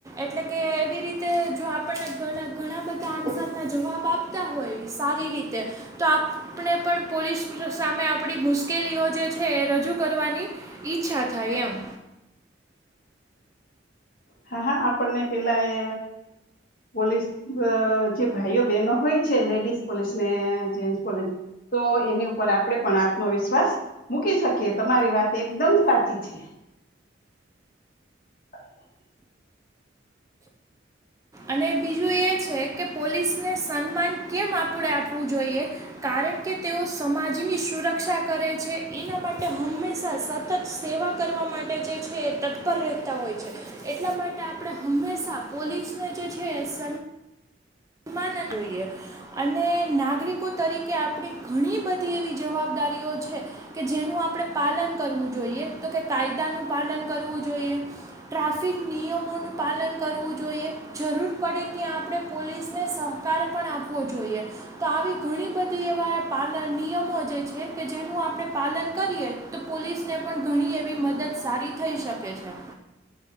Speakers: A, on the right (about 15°); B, on the left (about 50°).
A: એટલે કે એવી રીતે જો આપણને ઘણા બધા આન્સરના. જવાબ આપ આપતા હોય સારી રીતે. તો આપણે પણ પોલીસ સામે આપણી મુશ્કેલીઓ જે છે એ રજૂ કરવાની ઈચ્છા થાય એમ.
B: હા હા આપણને પેલા એ પોલીસ જે ભાઈઓ બહેનો હોય છે લેડીસ પોલીસ ને જેસ પોલીસ તો એની ઉપર આપડે પણ આત્મવિશ્વાસ મૂકી શકીએ તમારી વાત એકદમ સાચી છે. હા <unintelligible>
A: અને બીજું એ છે કે પોલીસને સન્માન કેમ આપણે આપવું જોઈએ કારણ કે તેઓ સમાજની સુરક્ષા કરે છે એના માટે હંમેશા સતત સેવા કરવા માટે જે છે એ તત્પર રહેતા હોય છે એટલા માટે આપણે હંમેશા પોલીસને. ્ છે <unintelligible> ન જોઈએ અને નાગરિકો તરીકે આપણી ઘણી બધી એવી જવાબદારીઓ છે કે જેનું આપણે પાલન કરવું જોઈએ તો કે કાયદાનું પાલન કરવું જોઈએ ટ્રાફિક નિયમોનું પાલન કરવું જોઈએ જરૂર પડે ત્યાં આપણે પોલીસ. ને સહકાર પણ આપવો જોઈએ તો આવી ઘણી બધી એવા પાલ નિયમો જે છે કે જેનું આપણે પાલન કરીએ તો પોલીસને પણ ઘણી એવી મદદ સારી થઈ શકે છે.